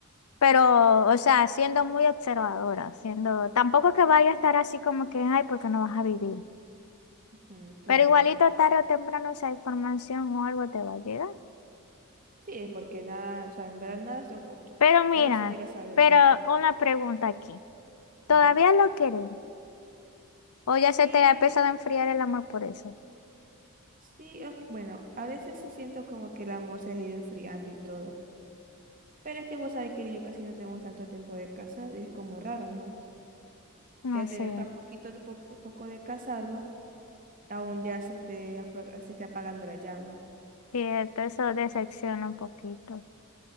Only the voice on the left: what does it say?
pero, o sea, siendo muy observadora, siendo, tampoco que vaya a estar así como que, ay, porque no vas a vivir.
Pero igualito
tarde o temprano esa información o algo te va a llegar.
Pero mira,
pero
una pregunta aquí. ¿Todavía
lo quieres? ¿O ya
se te ha empezado a enfriar el amor por eso?
No
sé,
cierto, eso decepciona un poquito.